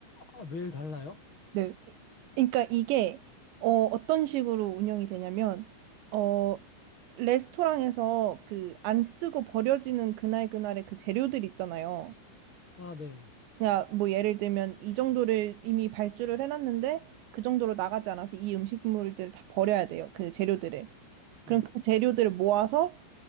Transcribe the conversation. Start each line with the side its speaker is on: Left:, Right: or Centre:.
Left: 아, 매일 달라요?
Right: 네. 그러니까 이게 어, 어떤 식으로 운영이 되냐면 어, 레스토랑에서 그 안 쓰고 버려지는 그날 그날의 그 재료들 있잖아요.
Left: 아, 네.
Right: 그냥 뭐 예를 들면 이 정도를 이미 발주를 해놨는데 그 정도로 나가지 않아서 이 음식물들을 다 버려야 돼요. 그 재료들을.
Left: 네.
Right: 그럼 그 재료들을 모아서